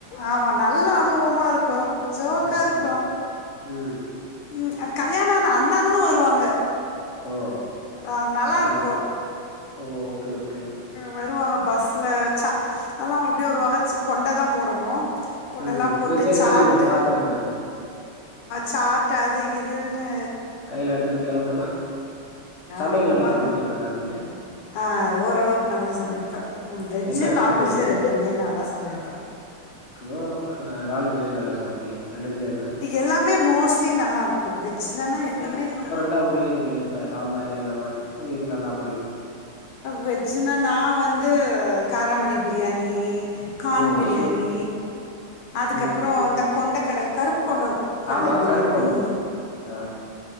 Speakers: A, on the left; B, on the left.
A: ஆமா நல்ல அனுபவமா இருக்கு ஜோக்கா
B: ஓகே
A: இருக்கு
B: ம்
A: ம் கல்யாணம் ஆன அண்ணாங்களு வருவாங்க
B: ஓ
A: அ நல்லாருக்கு
B: அந்த டைம் ஓ ஓகே ஓகே மேம்
A: வருவாங்க பஸ்ல சா அதெல்லா அவுங்க எப்டி வருவாங்க சு கொண்ட தா போடணு கொண்டல்லா
B: ம் இப்ப
A: போட்டு
B: தெரியு
A: சாட்டு
B: தெரியு மேம் பாத்துருக்கே மேம்
A: சாட்டு அதுகிதுன்னு
B: கைல எடுத்துட்டு கெளம்பணு சமையல்
A: ஆமாமா
B: நல்லா சமைப்பீங்களா மேம் நீங்க
A: ஆ ஓரளவுக்கு நல்லா சமைப் ப வெஜ்ஜு
B: என்ன
A: நான்வெஜ்ஜு
B: ஃபுட்டு
A: ரெண்டுமே நல்லா சமைப்ப
B: னோ நான்வெஜ்ல என்ன நல்லா சமைப்பீங்க ரெண்டு தத்துவ எதனா
A: எல்லாமே மோஸ்ட்லி நல்லாருக்கு வெஜ்ஜிலனா எல்லாமே நல்
B: ட உங்களுக்கே தெரியுல இப்ப சாம்பாரு அந்த மாரி எது நல்லா பண்ணுவீங்க
A: வெஜ்ஜுன்னா நான் வந்து காராமணி பிரியாணி கான்
B: ஓ வா
A: பிரியாணி
B: சூப்பர்
A: அதுக்கு
B: ம்
A: அப்றோ இந்த கொண்ட கடல கருப்பு கொண்ட கடல
B: ஆமா
A: பிரியாணி
B: கருப்புக்கொண் ஆ